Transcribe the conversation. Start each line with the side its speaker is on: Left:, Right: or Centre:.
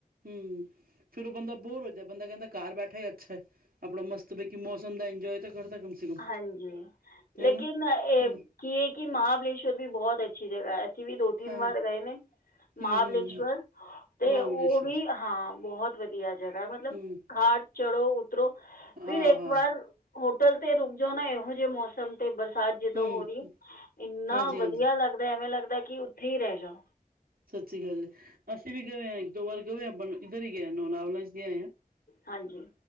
Right: ਹਮ- ਹਮ। ਫਿਰ ਉਹ ਬੰਦਾ ਬੋਰ ਹੋ ਜਾਏ ਬੰਦਾ ਕਹਿੰਦਾ ਘਰ ਬੈਠਾ ਹੀ ਅੱਛੈ। ਆਪਣਾ ਮਸਤ ਬੇਕੀ ਮੌਸਮ ਦਾ ਇੰਜੋਏ ਤੇ ਕਰਦਾ ਕਮ ਸੇ ਕਮ
Left: ਹਾਂਜੀ ਲੇਕਿਨ
Right: ਹਨਾ
Left: ਇਹ
Right: ਹਮ।
Left: ਕੀ ਇਹ ਕਿ ਮਹਾਬਲੇਸ਼ਵਰ ਵੀ ਬਹੁਤ ਅੱਛੀ ਜਗ੍ਹਾ ਹੈ। ਇਹ ਵੀ ਦੋ ਤੀਨ
Right: ਹਾਂ
Left: ਵਾਰ ਗਏ ਨੇ ਮਹਾਬਲੇਸ਼ਵਰ।
Right: ਹੂੰ ਹੂੰ ਹੂੰ
Left: ਤੇ
Right: ਮਹਾਬਲੇਸ਼ਵਰ
Left: ਉਹ ਵੀ ਹਾਂ ਬਹੁਤ ਵਧੀਆ ਜਗ੍ਹਾ ਮਤਲਬ
Right: ਹੂੰ
Left: ਖਾਟ ਚੜੋ। ਫਿਰ
Right: ਹਾਂ
Left: ਇੱਕ
Right: ਹਾਂ
Left: ਵਾਰ ਹੋਟਲ ਤੇ ਰੁਕ ਜਾਓ ਨਾ ਇਹੋ ਜਿਹੇ ਮੌਸਮ ਤੇ ਬਰਸਾਤ ਜਦੋਂ
Right: ਹੂੰ
Left: ਹੋ ਰਹੀ ਇੰਨਾ
Right: ਹਾਂਜੀ
Left: ਵਧੀਆ
Right: ਹਾਂਜੀ
Left: ਲੱਗ ਲੱਗਦਾ ਐਵੇਂ ਲੱਗਦਾ ਕਿ ਉੱਥੇ ਹੀ ਰਹਿ ਜਾਓ।
Right: ਸੱਚੀ ਗੱਲ ਹੈ ਅਸੀਂ ਵੀ ਗਏ ਹਾਂ ਇੱਕ ਦੋ ਵਾਰ ਗਵੇ ਹਾਂ ਆਪਾਂ ਇਧਰ ਹੀ ਗਏ ਨੌਲਾਵਲਾ ਚ ਗਏ ਹਾਂ।
Left: ਹਾਂਜੀ।